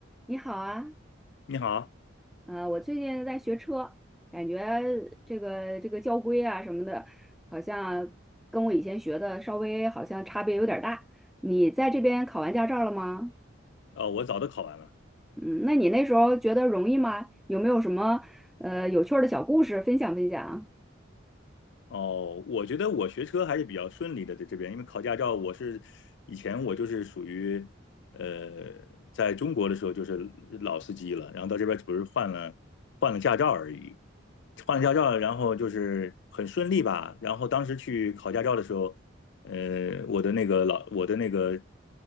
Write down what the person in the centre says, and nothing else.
你好啊，
呃，我最近在学车，感觉这个这个交规啊什么的，好像跟我以前学的稍微好像差别有点儿大。你在这边考完驾照了吗？
嗯，那你那时候觉得容易吗？有没有什么呃有趣儿的小故事分享分享？